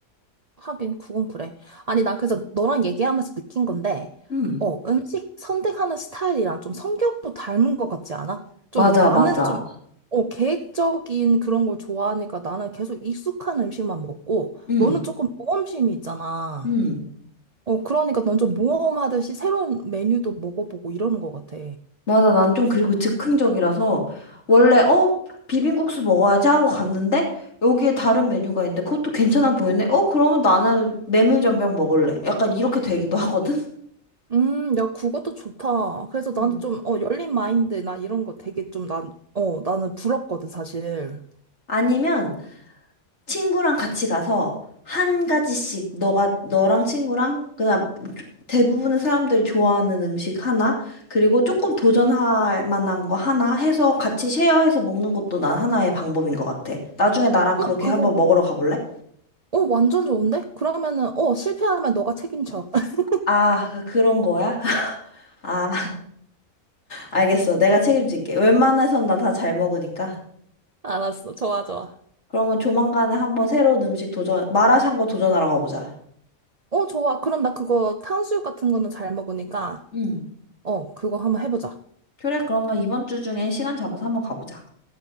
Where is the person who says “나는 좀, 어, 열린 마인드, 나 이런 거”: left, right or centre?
Right